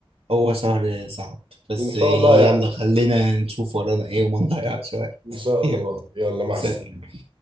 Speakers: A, on the right (about 85°); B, on the right (about 60°).
A: هو شهر صعب بس
B: ان شاء
A: يلا
B: الله يعدي
A: خلينا نشوف ورانا ايه وما نضيعش وقت
B: ان
A: <laughs>
B: شاء
A: يلا
B: الله يلا مع
A: سلام
B: السلامه